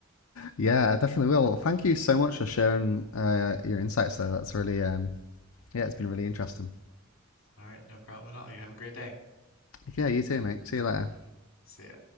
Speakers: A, on the left; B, on the left.
A: Yeah, I definitely will. Well, thank you so much for sharing uh, your insights there. That's really um, yeah, it's been really interesting.
B: All right, no problem at all. You have a great day.
A: Yeah, you too, mate. See you later.
B: See ya.